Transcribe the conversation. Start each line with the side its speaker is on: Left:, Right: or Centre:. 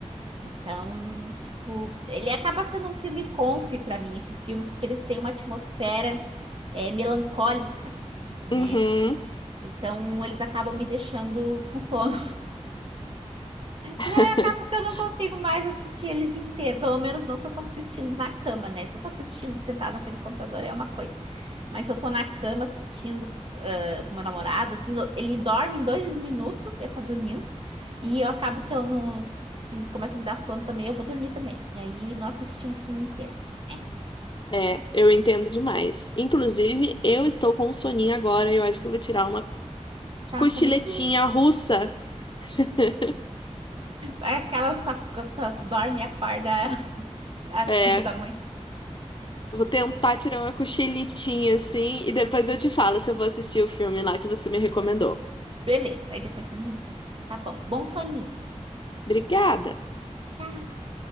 Right: Então, tipo, ele acaba sendo um filme comfy para mim, esses filmes, porque eles têm uma atmosfera é, melancólica, né?
Left: Uhum.
Right: Então, eles acabam me deixando com sono.
Left: <laughs>
Right: E aí acaba que eu não consigo mais assistir eles inteiro. Pelo menos não se eu tô assistindo na cama, né? Se eu tô assistindo sentada na frente do computador é uma coisa. Mas se eu tô na cama assistindo ah, com meu namorado, assim, ele dorme em dois minutos, ele tá dormindo. E eu acabo que eu não... Que começa a me dar sono também, eu vou dormir também. E aí nós assistimos o filme inteiro. É,
Left: É, eu entendo demais. Inclusive, eu estou com um soninho agora e eu acho que eu vou tirar uma
Right: já
Left: cochiletinha
Right: a sonequinha.
Left: russa. <laughs>
Right: É Aquela que tu, tu, tu dorme e acorda <laughs> às
Left: É,
Right: cinco da manhã.
Left: vou tentar tirar uma cochiletinha assim e depois eu te falo se eu vou assistir o filme lá que você me recomendou.
Right: Beleza, aí depois tu me diz. Tá bom, bom soninho.
Left: Obrigada!
Right: Tchau.